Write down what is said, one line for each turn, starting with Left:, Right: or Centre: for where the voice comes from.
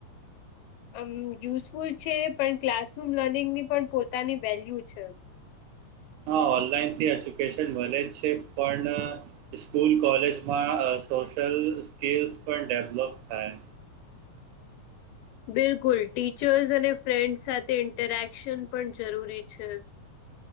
Left: આમ યુઝફુલ છે પણ ક્લાસરૂમ લર્નિંગની પણ પોતાની વેલ્યુ છે
Right: હા ઓનલાઈન થી એજ્યુકેશન મળે જ છે પણ સ્કૂલ કોલેજ માં સોશયલ સ્કિલ્સ પણ ડેવલોપ થાય
Left: બિલકુલ ટીચર્સ અને ફ્રેન્ડસ સાથે ઇન્ટરેક્શન પણ જરૂરી છે.